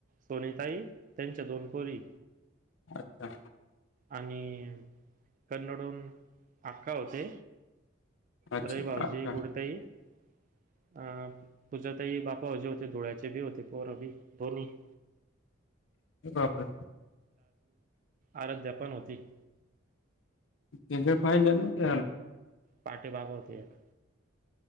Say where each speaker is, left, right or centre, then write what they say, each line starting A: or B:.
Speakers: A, on the right; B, on the left.
A: सोनियाताई त्यांच्या दोन पोरी
B: अच्छा
A: आणि कन्नडून आक्का होते
B: अच्छा,
A: अरे भाऊजी
B: अक्का.
A: <unintelligible> अ.. तुझ् ताई बापाजे होते धुळ्याचे बी होते पोर बी दो्ही ह
B: वापर
A: आराध्या पण होती
B: त जे पाहिलं ना ते.
A: पाठी बाबा होते एक